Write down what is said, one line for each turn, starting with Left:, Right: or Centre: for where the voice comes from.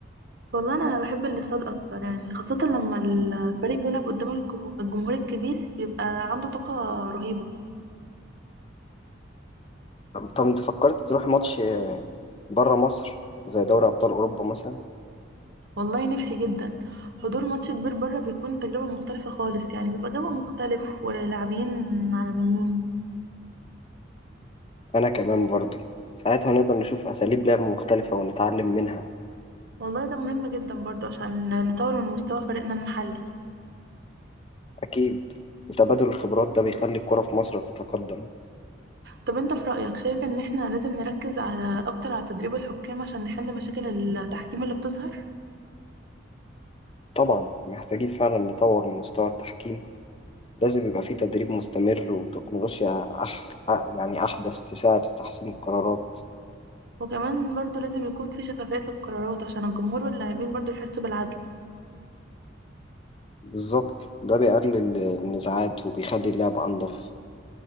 Right: والله أنا بحب الاستاد أكتر يعني خاصة لما الفريق بيلعب قدام الكم- الجمهور الكبير بيبقى عنده طاقة رهيبة
Left: طب انت فكرت تروح ماتش بره مصر زي دوري أبطال أوروبا مثلا
Right: والله نفسي جدا حضور ماتش كبير بره بيكون تجربة مختلفة خالص يعني بيبقى جو مختلف ولاعبين عالميين
Left: أنا كمان برضو ساعتها نقدر نشوف أساليب لعب مختلفة ونتعلم منها
Right: والله ده مهم جدا برضه عشان نطور من مستوى فريقنا المحلي
Left: أكيد وتبادل الخبرات ده بيخلي الكرة في مصر تتقدم
Right: طب انت في رأيك شايف ان احنا لازم نركز على اكتر على تدريب الحكام عشان نحل مشاكل التحكيم اللي بتظهر
Left: طبعا محتاجين فعلا نطور من مستوى التحكيم لازم يبقى فيه تدريب مستمر وتكنولوجيا أح... يعني أحدث تساعد في تحسين القرارات
Right: وكمان برضه لازم يكون في شفافية في القرارات عشان الجمهور واللاعبين برضه يحسوا بالعدل
Left: بالظبط ده بيقلل النزاعات وبيخلي اللعبة أنظف